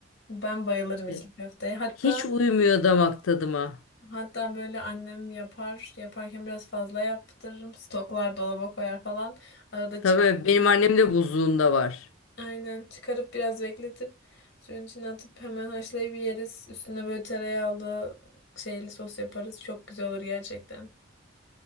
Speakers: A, on the left; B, on the left.
A: Ben bayılırım içli
B: E,
A: köfteye. Hatta
B: Hiç uymuyor damak tadıma.
A: hatta böyle annem yapar. Yaparken biraz fazla yaptırırım. Stoklar dolaba koyar falan. Arada
B: Tabii
A: çık
B: benim annem de buzluğunda var.
A: aynen çıkarıp biraz bekletip suyun içine atıp hemen haşlayıp yeriz. Üstüne böyle tereyağlı şeyli sos yaparız. Çok güzel olur gerçekten.